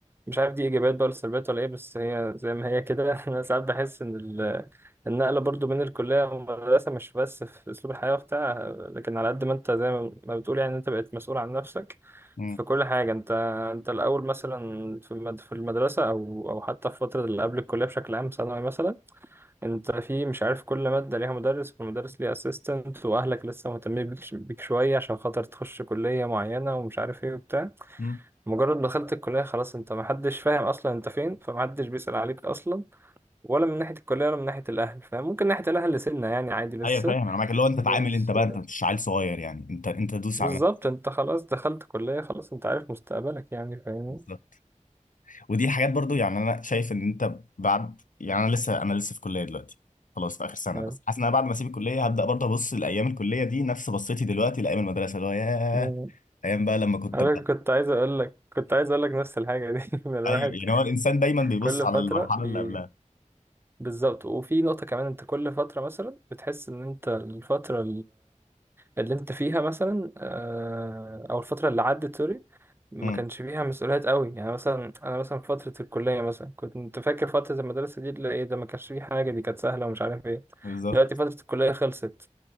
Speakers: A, on the right; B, on the left.
A: مش عارف دي ايجابيات بقى ولا سلبيات ولا ايه بس هي زي ما هي كده <laughs> انا ساعات بحس ان ال- النقله برضو بين الكليه والمدرسه مش بس في اسلوب الحياه وبتاع لكن على قد ما انت زي ما ما بتقول يعني انت بقيت مسؤول عن نفسك
B: مم.
A: في كل حاجه انت انت الاول مثلا في المد- في المدرسه او او حتى في فتره اللي قبل الكليه بشكل عام ثانوي مثلا انت في مش عارف كل ماده ليها مدرس والمدرس ليه اسيستنت واهلك لسه مهتمين بيك بيك شويه عشان خاطر تخش كليه معينه ومش عارف ايه وبتاع
B: مم.
A: مجرد ما دخلت الكلية خلاص انت محدش فاهم اصلا انت فين فمحدش بيسأل عليك اصلا ولا من ناحية الكلية ولا من ناحية الاهل فاهم ممكن ناحية الاهل سنة يعني عادي لسه
B: ايوه فاهم انا معاك اللي هو انت
A: بس
B: تعامل انت بقى انت مش عيل صغير يعني انت انت دوس
A: بالظبط
B: على نفسك
A: انت خلاص دخلت كلية خلاص انت عارف مستقبلك يعني فاهمني
B: بالظبط. ودي حاجات برضو يعني انا شايف ان انت بعد يعني انا لسه انا لسه في كليه دلوقتي خلاص في اخر سنه
A: يعني-
B: بس حاسس ان انا بعد ما اسيب الكليه هبدا برضه ابص لايام الكليه دي نفس بصيتي دلوقتي لايام المدرسه اللي هو ياه
A: مم.
B: ايام بقى لما كنت
A: انا كنت عايز اقول لك كنت عايز اقول لك نفس الحاجة دي <laughs> إن الواحد
B: ايوه يعني هو الانسان دايما بيبص
A: كل
B: على
A: فترة
B: المرحله
A: بي...
B: اللي قبلها
A: بالظبط وفي نقطة كمان انت كل فترة مثلا بتحس ان انت الفترة اللي انت فيها مثلا آه، او الفتره اللي عدت سوري ما
B: امم
A: كانش فيها مسؤوليات قوي يعني مثلا انا مثلا في فتره الكليه مثلا كنت فاكر فتره المدرسه دي اللي ايه ده ما كانش فيه حاجه دي كانت سهله ومش عارف ايه
B: بالظبط
A: دلوقتي فتره الكليه خلصت